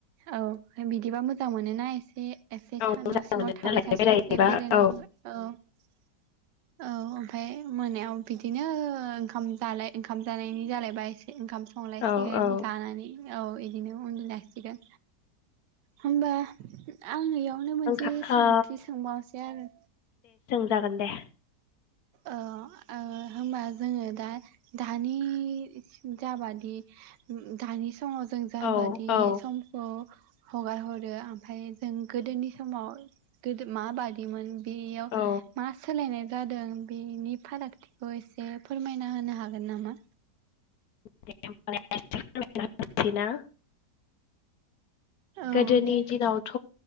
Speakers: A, on the right; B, on the left.
A: औ फाय बिदिबा मोजां मोनोना एसे, एसे
B: औ
A: था
B: मोजां
A: न' सिङाव
B: मोनो
A: थाबाय
B: नालाय
A: थास्लायस्लाय
B: बेरायहैबा
A: बेरायनो
B: औ
A: फैबा औ औ ओमफाय मोनायाव बिदिनो ओंखाम जालाय ओंखाम जानायनि जालायबाय एसे ओंखाम संलायसिगोन
B: औ औ
A: दानानै औ इदिनो उन्दु लासिगोन होमबा आं खौनो मोनसे
B: आंखा
A: सोंथि
B: ओ
A: सोंबावसै आरो
B: जागोन दे।
A: ओ ओ होमबा जोङो दा दानि जाबादि उम दानि समाव जों जाबादि
B: औ औ
A: समखौ हगार हरो ओमफाय जों गोदोनि समाव गोदो मा बादिमोन? बियाव
B: औ
A: मा सो सोलायनाय जादों बेनि फारागथिखौ एसे फोरमायना होनो हागोन नामा?
B: <unintelligible> ना।
A: औ
B: गोदोनि
A: दे
B: दिनावथ